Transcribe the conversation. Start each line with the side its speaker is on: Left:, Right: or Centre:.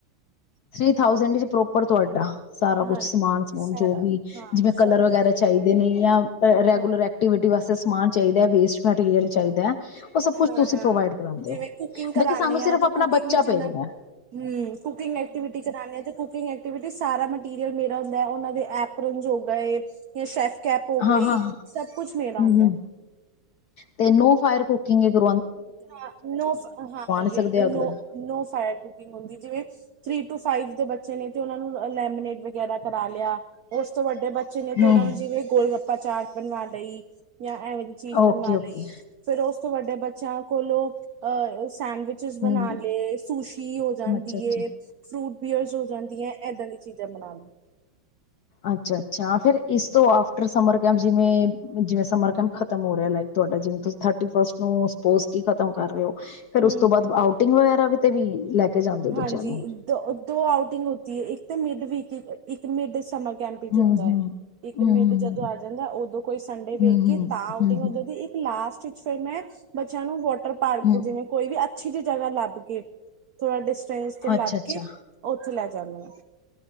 Left: ਥ੍ਰਰੀ ਥਾਊਸੈਂਡ ਵਿੱਚ ਪ੍ਰੋਪਰ ਤੁਹਾਡਾ ਸਾਰਾ
Right: ਹਾਂਜੀ
Left: ਕੁਛ ਸਮਾਨ ਸਮੂਨ
Right: ਸਾਰਾ
Left: ਜੋ ਵੀ
Right: ਹਾਂ
Left: ਜਿਵੇਂ ਕਲਰ
Right: ਸਭ
Left: ਵਗੈਰਾ
Right: ਕੁਛ
Left: ਚਾਹੀਦੇ ਨੇ ਜਾਂ ਰੈਗੂਲਰ
Right: ਹਾਂ
Left: ਐਕਟੀਵਿਟੀ ਵਾਸਤੇ ਸਮਾਨ ਚਾਹੀਦਾ ਵੇਸਟ ਮੈਟੀਰੀਅਲ ਚਾਹੀਦਾ ਹੈ ਉਹ ਸਭ ਕੁਛ
Right: ਹਾਂ
Left: ਤੁਸੀਂ
Right: ਹਾਂ
Left: ਪ੍ਰੋਵਾਈਡ ਕਰਾਉਂਦੇ
Right: ਜਿਵੇਂ
Left: ਹੋ
Right: ਕੁਕਿੰਗ ਕਰਾਨੇ
Left: ਮਤ ਕਿ ਸਾਨੂੰ ਸਿਰਫ਼
Right: ਆ ਤੇ
Left: ਆਪਣਾ
Right: ਕੁਕਿੰਗ
Left: ਬੱਚਾ
Right: ਜਿੰਨਾ
Left: ਭੇਜਣਾ ਹੈ
Right: ਹੂੰ ਕੁਕਿੰਗ ਐਕਟੀਵਿਟੀ ਕਰਾਦੇ ਤੇ ਕੁਕਗ ਐਕਟੀਵਟੀ ਸਾਰਾ ਮਟੀਰੀਅਲ ਮੇਰਾ ਹੁੰਦਾ ਹੈ ਉਹਨਾਂ ਦੇ ਐਪ ਰਜੋਗਾ ਏ ਜਾਂ ਸ਼ੈਫ ਕੈਪ ਹੋ
Left: ਹਾਂ
Right: ਗਈ
Left: ਹਾਂ ਹਮ
Right: ਸਭ ਕੁਛ ਮੇਰਾ ਹੁੰਦਾ।
Left: ਹਮ ਤੇ ਨੋ ਫਾਇਰ ਕੁਕਿੰਗ ਗੂ
Right: ਹਾਂ ਹਾਂ ਹਾਂਜੀ
Left: ਸਕਦੇ
Right: ਹਾਂਜੀ
Left: ਅਗਰ
Right: ਨੋ ਫਾਇਰ ਕੁਕਿੰਗ ਹੁੰਦੀ ਜਿਵੇਂ ਥ੍ਰਰੀ ਟੂ ਫਾਈਵ ਦੇ ਬੱਚੇ ਨੇ ਤੇ ਉਹਨਾਂ ਨੂੰ ਲੈਮੀਨੇਡ ਵਗੈਰਾ ਕਰਾ ਲਿਆ ਉਸ ਤੋਂ ਵੱਡੇ ਬੱਚੇ ਨੇ
Left: ਹੂੰ
Right: ਤੇ ਉਹਨਾ ਨੂੰ ਜਿਵੇਂ ਗੋਲ ਗੱਪ ਪਾਾਚਾਰ ਬਣਵਾ ਲਈ ਜਾਂ ਐਵੇਂ ਜ ਚੀਜ਼
Left: ਓਕੇ,
Right: ਬਣਵਾ
Left: ਓਕੇ
Right: ਲਈ ਫੇਿਰ ਉਸ ਵੱਡੇ ਬੱਚਿਆਂ ਕੋਲੋਂ ਅਹ ਸੈਂਡਵਿਚਿਸ ਬਣਾ
Left: ਹੂੰ
Right: ਲਏ ਸੂਸ਼ੀ ਹੋ ਜਾਂਦੀ
Left: ਅੱਛਾ, ਅੱਛਾ
Right: ਹੈ ਫਰੂਟ ਬੀਅਰਸ ਹੋ ਜਾਂਦੀਆਂ ਇੱਦਾਂ ਦੀਆਂ ਚੀਜ਼ਾਂ ਬਣਾ ਲਾਂ
Left: ਅੱਛਾ ਅੱਛਾ ਫਿਰ ਇਸ ਤੋਂ ਆਟਰ ਸਮਰ ਕੈਂਪ ਜਿਵੇ ਜਿਵੇਂ ਸਮਰ ਕੈਂਪ ਖਤਮ ਹੋ ਰਿਹਾ ਲਕ ਤੁਾ ਜਿਵੇਥਰ ਫਸਟ ਨੂੰ ਸਪੋਰਟਸ ਕੀ ਖਤਮ ਕਰ ਰਹੇ ਹੋ ਫੇਿਰ ਉਸ
Right: ਹੂੰ
Left: ਤੋਂ ਬਾਅਦ ਆਊਟਿੰਗ ਵਗੈ ਤੇ ਵੀ ਲੈ ਕੇ ਜਾਂਦੇ ਹੋ ਬੱਚਿਆਂ
Right: ਹਾਂਜੀ
Left: ਨੂੰ।
Right: ਦੋ ਦੋ ਆਊਟਿੰਗ ਹੋਤੀ ਹੈ ਇੱਕ ਤੇ ਮਿਡ ਵੀਕ ਇੱਕ ਮਿਡ ਸਮ ਕੈਂਪ ਚ
Left: ਹੂੰ-ਹੂੰ,
Right: ਹੁੰਦਾ ਹੈ ਇੱਕ
Left: ਹੂੰ-ਹੂੰ,
Right: ਮਿੰਟ ਜਦੋਂ ਆ ਜਾਂਦਾ ਉਦੋਂ ਕੋਈ ਸੰਡੇ ਵੇਖ
Left: ਹੂੰ-ਹੂੰ,
Right: ਕੇ ਤਾਂ
Left: ਹੂੰ-ਹੂੰ,
Right: ਇੱਕ ਲਾਸਟ ਫੇਿਰ ਮੈਂ ਬੱਚਿਆਂ ਨੂੰ ਵੋ ਟਰ ਪਾਰਕ
Left: ਹੂੰ
Right: ਜਿਵੇਂ ਕੋਈ ਵੀ ਅੱਛੀ ਜ ਜਗ੍ਹਾ ਲੱਭ ਕੇਏ ਤੁਹਾਡੇ ਤੇ ਲੱਭ
Left: ਅੱਛਾ-ਅੱਛਾ
Right: ਕੇ ਉੱਥੇ ਲੈ ਜਾਂਦੇ ਆਾਂ